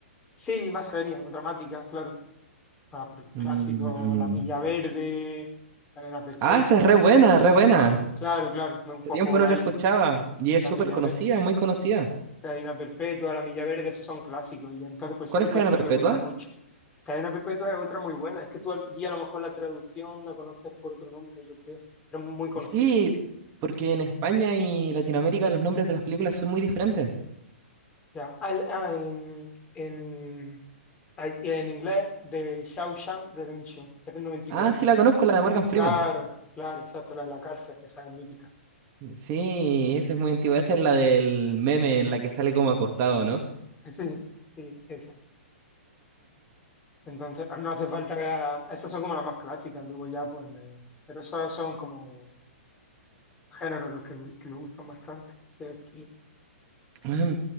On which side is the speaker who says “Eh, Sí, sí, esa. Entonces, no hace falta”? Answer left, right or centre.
Left